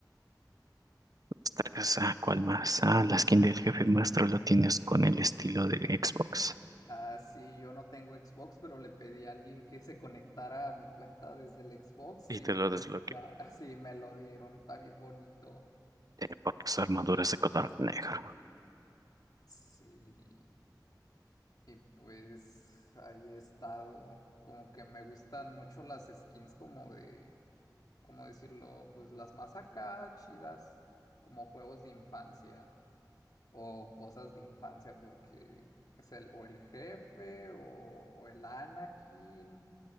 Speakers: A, on the right; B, on the left.
A: <laughs> Ostras, ah, ¿cuál más? Ah, la skin del jefe maestro lo tienes con el estilo de Xbox.
B: Ah, sí, yo no tengo Xbox, pero le pedí a alguien que se conectara a mi cuenta desde el Xbox
A: Y
B: y
A: te lo
B: pues
A: desbloqueo
B: ya, <laughs> así me lo dieron, está bien bonito.
A: eh, porque su armadura es de color negro.
B: Sí. Y pues ahí he estado, como que me gustan mucho las skins como de, ¿cómo decirlo? Pues las más acá chidas, como juegos de infancia o cosas de infancia, porque es el o el jefe o, o el Anakin